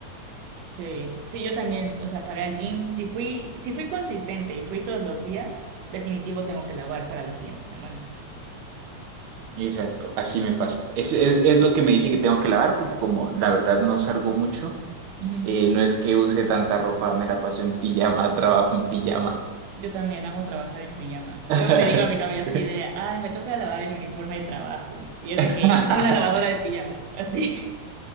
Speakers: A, on the right; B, on the right.
A: Sí, sí, yo también, o sea, para el gym, si fui, si fui consistente y fui todos los días, definitivo tengo que lavar para la siguiente semana.
B: Exacto, así me pasa. Es, es, es lo que me dice que tengo que lavar, porque como la verdad no salgo mucho,
A: Ujú.
B: eh, no es que use tanta ropa, me la paso en pijama, <laughs> trabajo en pijama.
A: Yo también amo trabajar en pijama.
B: <laughs>
A: Luego le digo a mi novio
B: Sí,
A: así de, ay, me toca lavar el uniforme de trabajo. Y es
B: <laughs>
A: de que, una lavadora de pijamas, así.